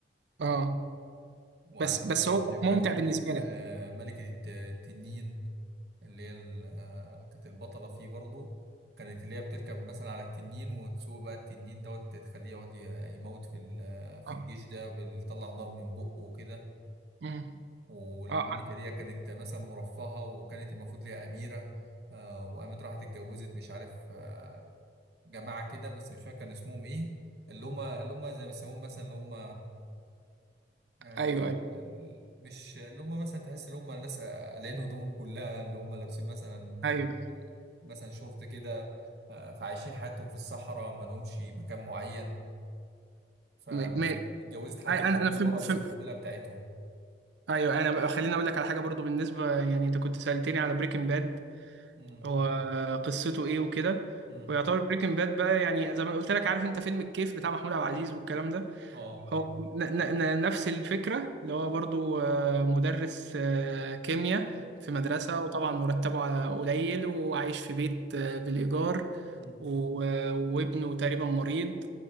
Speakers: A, on the right; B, on the right.
A: اه
B: وعندك
A: بس بس
B: بقى
A: هو
B: يجي لك بقى
A: ممتع
B: اللي هي ملك
A: بالنسبه
B: م-
A: لك
B: آه، ملكة الت- التنين اللي هي ال- آه، كانت البطلة فيه برضه كانت اللي هي بتركب مثلا على التنين وتسوق بقى التنين دوت تخليه يقعد ي- يموت في ال- آه، في
A: اه
B: الجيش ده بيطلع نار من بقه وكده
A: امم
B: والملكة
A: اه
B: دي كانت مثلا مرفهة وكانت المفروض ليها أميرة آه، وقامت راحت اتجوزت مش عارف آه، جماعة كده بس مش فاكر كان اسمهم إيه اللي هم اللي هم زي ما يسموهم مثلا اللي هم يعني
A: ايوه ايوه
B: ال- ال- مش اللي هم مثلا تحس اللي هم الناس قلعين هدومهم كلها اللي هم لابسين مثلا
A: ايوه
B: مثلا شورت كده آه، فعايشين حياتهم في الصحراء ما لهمش مكان معين فاتجوزت
A: م- ماشي
B: حد
A: أي- انا
B: منهم
A: انا
B: اللي
A: فهمت
B: هو رئيس
A: فهمت
B: القبيلة بتاعتهم
A: ايوه انا بقى- خليني اقول لك على حاجه برضو بالنسبه يعني انت كنت سالتني على بريكنج باد
B: امم
A: هو قصته ايه وكده
B: امم
A: ويعتبر بريكنج باد بقى يعني زي ما قلت لك عارف انت فيلم الكيف بتاع محمود عبد العزيز والكلام ده
B: اه
A: هو ن- ن- ن- نفس الفكرة اللي هو برضو آه، مدرس آه، كيمياء في مدرسة وطبعا مرتبه ع- قليل وعايش في بيت آه، بالإيجار
B: امم
A: و- وابنه تقريبا مريض